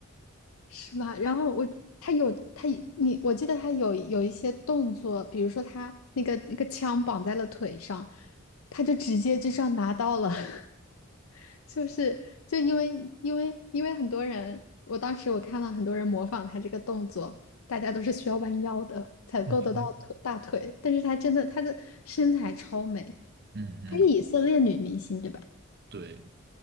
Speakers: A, on the left (about 80°); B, on the right (about 50°).
A: 是吧？然后我他有他你，我记得他有有一些动作，比如说他那个那个枪绑在了腿上，他就直接就这样拿到了，<laughs> 就是就因为因为因为很多人，我当时我看了很多人模仿他这个动作，大家都是需要弯腰的才够得到腿大腿，
B: 嗯哼，
A: 但是他真的他的身材超美，
B: 嗯哼，
A: 她是以色列女明星对吧？
B: 对，